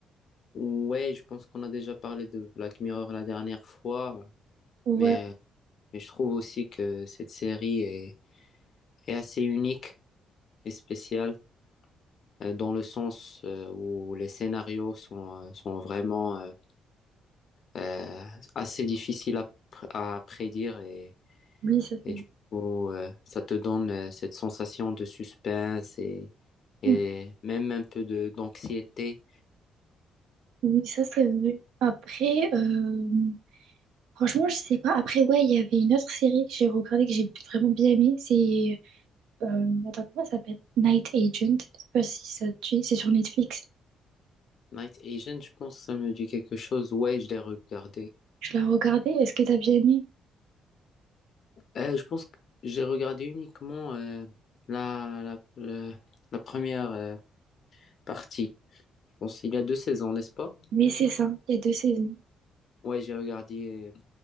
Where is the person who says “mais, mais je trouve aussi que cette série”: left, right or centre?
Left